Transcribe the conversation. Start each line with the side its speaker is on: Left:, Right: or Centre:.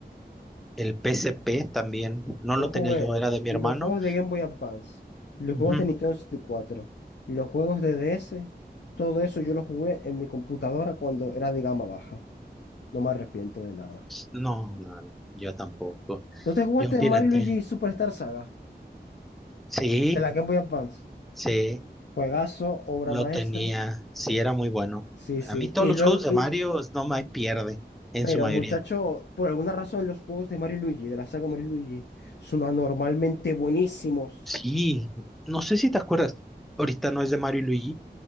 Centre: El PSP también, no
Left: Yo
Centre: lo
Left: jugué
Centre: tenía yo, era de mi
Left: los
Centre: hermano.
Left: juegos de Game Boy Advance, los juegos
Centre: Ujú.
Left: de Nintendo 64, los juegos de DS, todo eso yo lo jugué en mi computadora cuando era de gama baja. No me arrepiento de nada.
Centre: No, no, no, yo tampoco.
Left: ¿Tú te jugaste
Centre: Yo, fíjate,
Left: Mario y Luigi Superstar Saga
Centre: sí,
Left: de la Game Boy Advance?
Centre: sí,
Left: Juegazo, obra
Centre: lo
Left: maestra.
Centre: tenía, sí, era muy bueno.
Left: Sí, sí.
Centre: A mí todos
Left: Y
Centre: los
Left: luego,
Centre: juegos de
Left: y,
Centre: Mario no me pierde, en
Left: Pero
Centre: su mayoría.
Left: muchacho, por alguna razón los juegos de Mario y Luigi, de la saga Mario y Luigi, son anormalmente buenísimos.
Centre: Sí, no sé si te acuerdas, ahorita no es de Mario y Luigi,